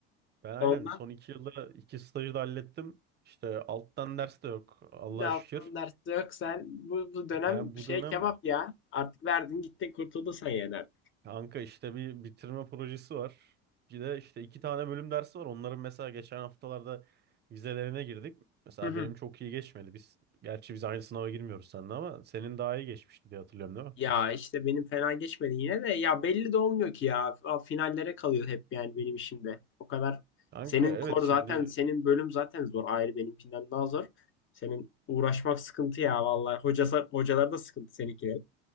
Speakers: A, on the right; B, on the left.
A: Ben aynen
B: Ondan
A: son iki yılda iki stajı da hallettim. İşte alttan ders de yok Allah'a
B: da alttan
A: şükür.
B: ders yok sen. Bu, bu dönem
A: Yani bu
B: şey
A: dönem
B: kebap ya. Artık verdin gittin kurtuldun sen yani artık.
A: kanka işte bir bitirme projesi var. Bir de işte iki tane bölüm dersi var. Onların mesela geçen haftalarda vizelerine girdik. Mesela
B: <laughs>
A: benim çok iyi geçmedi. Biz gerçi biz aynı sınava girmiyoruz seninle ama senin daha iyi geçmişti diye hatırlıyorum değil mi?
B: Ya işte benim fena geçmedi yine de ya belli de olmuyor ki ya A- finallere kalıyor hep yani benim işimde. O kadar
A: Kanka
B: senin
A: evet
B: kor
A: şimdi
B: zaten senin bölüm zaten zor ayrı benimkinden daha zor. Senin uğraşmak sıkıntı ya vallahi hocası hocalar da sıkıntı seninkilerin.